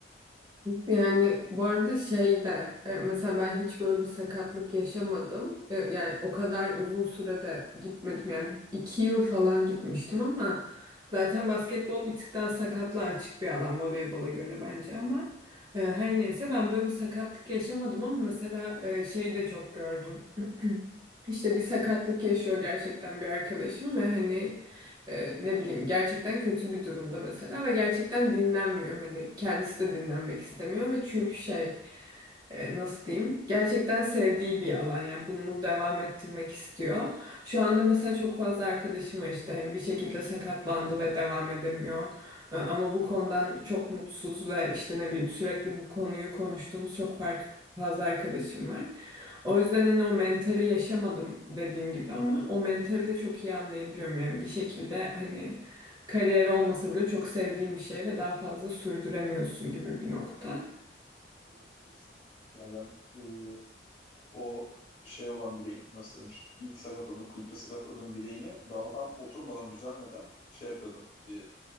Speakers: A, on the right; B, on the left.
A: Yani bu arada şey de e, mesela ben hiç böyle bir sakatlık yaşamadım. E, Yani o kadar uzun sürede gitmedim. Yani iki yıl falan gitmiştim ama zaten basketbol bir tık daha sakatlığa açık bir alan voleybola göre bence ama e, her neyse ben böyle bir sakatlık yaşamadım ama mesela e, şey de çok gördüm. <clears throat> İşte bir sakatlık yaşıyor gerçekten bir arkadaşım ve hani e, ne bileyim gerçekten kötü bir durumda mesela ve gerçekten dinlenmiyor hani kendisi de dinlenmek istemiyor ve çünkü şey e, nasıl diyeyim gerçekten sevdiği bir alan yani bunu devam ettirmek istiyor. Şu anda mesela çok fazla arkadaşım var işte hani bir şekilde sakatlandı ve devam edemiyor. E, Ama bu konudan çok mutsuz ve işte ne bileyim sürekli bu konuyu konuştuğumuz çok farklı fazla arkadaşım var. O yüzden hani o mentali yaşamadım dediğim gibi ama o mentali de çok iyi anlayabiliyorum. Yani bir şekilde hani kariyer olmasa bile çok sevdiğim bir şey ve daha fazla sürdüremiyorsun gibi bir nokta.
B: Evet kesinlikle. Yani ben e, o şey olan bileğim nasıl denir? İlk sakatladığım, kulüpte sakatladığım bileğimi daha tam oturmadan, düzelmeden şey yapıyordum. Bir